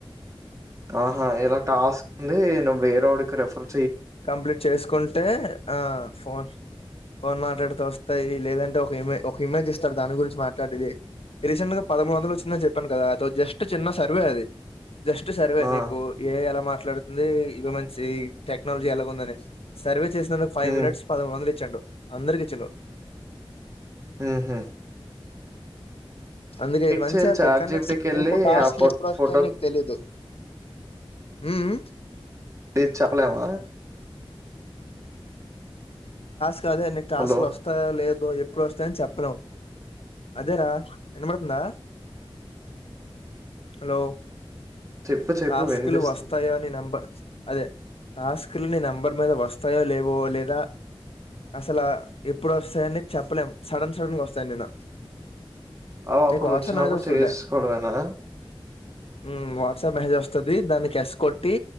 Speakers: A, on the right; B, on the left.
A: ఆహా ఇలా టాస్క్ ఉంది నువ్వు వేరేడికి రెఫర్
B: కంప్లీట్ చేసుకుంటే ఆ ఫోన్ ఫోన్ మాట్లాడితే వస్తాయి లేదంటే ఒక ఇమే ఒక ఇమేజ్ ఇస్తడు దాని గురించి మాట్లాడేది రీసెంట్ గా పదమూడు వందలు వచ్చి చెప్పాను కదా అ జస్ట్ చిన్న సర్వే అది జస్ట్ సర్వే
A: ఆ!
B: నీకు ఏ ఎలా మాట్లా మాట్లాడుతుంది ఇవి మంచి టెక్నాలజీ ఎలా ఉందని సర్వే చేసినందుకుైవ్
A: హ్మ్.
B: మిట్స్ పదిమూ వలు ఇచ్చండు అందరికిీ చెలో
A: హ్మ్మ్
B: అందుకే ఇది మంచి
A: చేయాలి?
B: చెప్పయి
A: చాట్‌జీపీటీకెళ్ళి
B: కానీ ఇకు కాస్ట్లు
A: ఆ ఫో
B: ఎప్పుడు వస్తాయని
A: ఫోటోది
B: నీకు తెలీదు హ్మ్మ్
A: అ చాలవా
B: చ అదే ఎన్నికు టాస్క్లు
A: హలో!
B: వస్తాయా లేదు ఎప్పుడు వస్తాయని చెప్పలేం అదేరా ఎనబడుతుందా హలో
A: చెప్పు చెప్పు
B: టాస్కు
A: వినిపిస్తుంది.
B: లు వస్తాయ అని నమ్మ అదే టాస్క్ లోని నెంబర్ మీద వస్తాయో లే పోో లేదా అసలు ఎప్పుడు వస్తాయని చెప్పలేం సడన్ సడన్ గా వస్తాను నేను
A: అవు అప్పుడు
B: నీకు వాట్సాప్
A: వచ్చినప్పుడు
B: మెసేజ్ వస్తదిలే
A: చేసుకోడనా
B: ఉమ్, వాట్సాప్ మెసేజ్ వస్తుంది దాన్ని కస్ కొట్టి